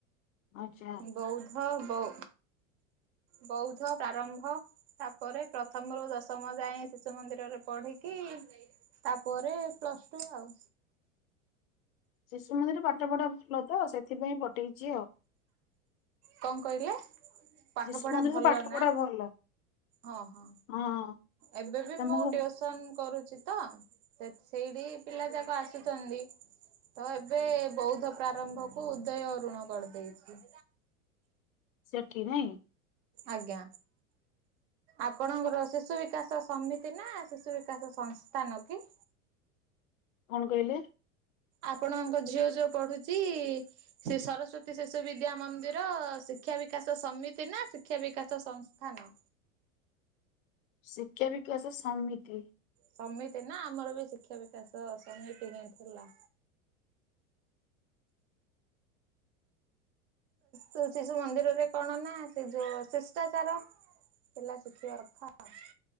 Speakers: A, on the left; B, on the right.
A: ଆଚ୍ଛା
B: ବୌଦ୍ଧ ବୌ ବୌଦ୍ଧ ପ୍ରାରମ୍ଭ ତାପରେ ପ୍ରଥମରୁ ଦଶମ ଯାଏଁ ଶିଶୁ ମନ୍ଦିରରେ ପଢିକି ତାପରେ ପ୍ଲସ୍ ଟୁ ଆଉ।
A: ଶିଶୁ ମନ୍ଦିରେ ପାଠପଢା ଭଲ ତ ସେଥିପାଇଁ ପଠେଇଛି ଆଉ।
B: କକଣ କହିଲେ? ପାଠ
A: ଶିଶୁ
B: ପଢା
A: ମନ୍ଦିରରେ
B: ଭଲ
A: ପାଠ
B: ନା
A: ପଢା ଭଲ
B: ହଁ ହଁ।
A: ହଁ।
B: ଏବେ ବି
A: ତମକୁ
B: ମୁଁ ଟ୍ୟୁଉସନ କରୁଛି। ତ ସେଠ୍ ସେଇଠି ପିଲା ଯାକ ଆସୁଛନ୍ତି। ତ ଏବେ ବୌଦ୍ଧ ପ୍ରାରମ୍ଭ କୁ ଉଦୟ ଅରୁଣ କରିଦେଇଛି।
A: ସେଠି ନାଇଁ?
B: ଆଜ୍ଞା। ଆପଣଙ୍କର ଶିଶୁ ବିକାଶ ସମିତି ନା ଶିଶୁ ବିକାଶ ସଂସ୍ଥାନ କି?
A: କଣ କହିଲେ?
B: ଆପଣଙ୍କ ଝିଅ ଯୋଉ ପଢୁଛି ସେ ସରସ୍ଵତୀ ଶିଶୁ ବିଦ୍ୟା ମନ୍ଦିର ଶିକ୍ଷା ବିକାଶ ସମିତି ନା ଶିକ୍ଷା ବିକାଶ ସଂସ୍ଥାନ?
A: ଶିକ୍ଷା ବିକାଶ ସମିତି।
B: ସମିତି ନା ଆମର ବି ଶିକ୍ଷା ବିକାଶ ସମିତି ହିଁ ଥିଲା। ସି ଶିଶୁ ମନ୍ଦିରରେ କଣ ନା ସେ ଯୋଉ ଶିଷ୍ଟାଚାର ପିଲା ଶିଖିବା କଥା ଆଉ।